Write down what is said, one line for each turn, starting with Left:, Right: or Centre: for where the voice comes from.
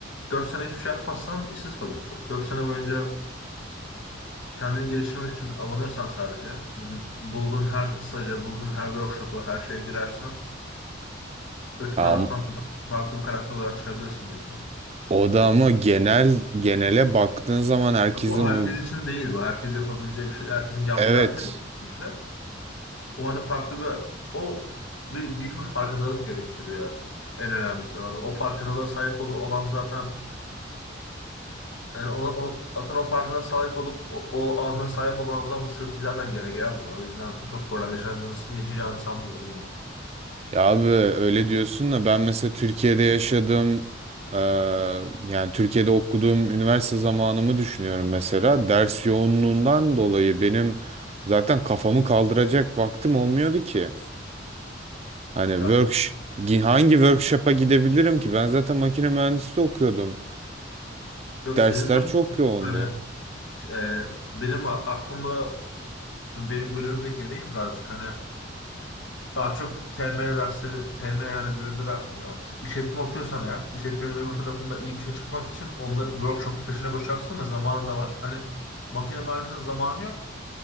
Left: 4 sene hiçbir şey yapmazsan işsiz kalıyorsun. dört sene boyunca kendini geliştirmek için abanırsan sadece bulduğun her staja, bulduğun her workshop'a, her şeye girersen öte
Right: Ya,
Left: taraftan farklı bir karakter olarak çıkabilirsin büyük ihtimalle.
Right: o da ama genel genele baktığın zaman herkesin
Left: Bu herkes
Right: uy-
Left: için değil bu. Herkes yapabileceği bir şey, herkesin yapacağı
Right: evet
Left: bir şey değil. kesinlikle. O hani farklı bir o bir büyük bir farkındalık gerektiriyor. En önemlisi abi. O farkındalığa sahip olu- olan zaten yani ona, ona- zaten o farkına sahip olup o, o azme sahip olan adamın sırtı zaten yere gelmiyor. O yüzden çok problem yaşadığını yaşayacağını sanmıyorum yani.
Right: Ya abi öyle diyorsun da ben mesela Türkiye'de yaşadım Ee, yani Türkiye'de okuduğum üniversite zamanımı düşünüyorum mesela ders yoğunluğundan dolayı benim zaten kafamı kaldıracak vaktim olmuyordu ki. Hani
Left: Ya,
Right: work hangi workshop'a gidebilirim ki? Ben zaten makine mühendisi okuyordum.
Left: yok
Right: Dersler
Left: senin durum
Right: çok yoğundu.
Left: hani e, benim a- aklımda şimdi benim bölümüm de gereği birazcık hani Daha çok TM dersleri, TM yani bölümleri aklıma gelen. Mesela işletme okuyorsan eğer, işletmenin öbür tarafında iyi bir şey çıkmak için onları workshop'un peşine koşacaksın ve zamanın da var. Hani makine mühendisliğinin zamanı yok.